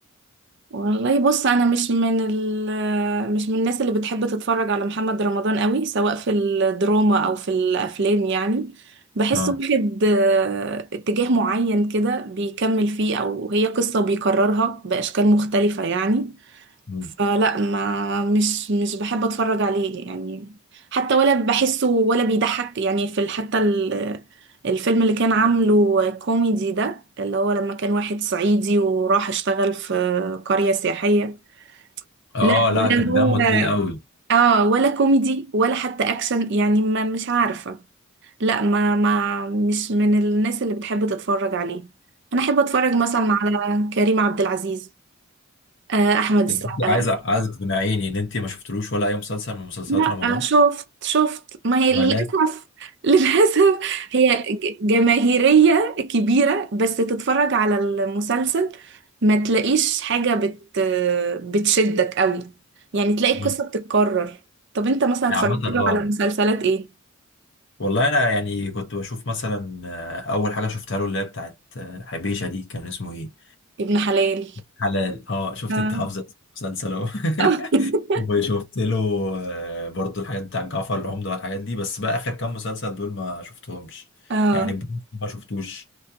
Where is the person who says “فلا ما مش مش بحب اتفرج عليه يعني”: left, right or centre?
Right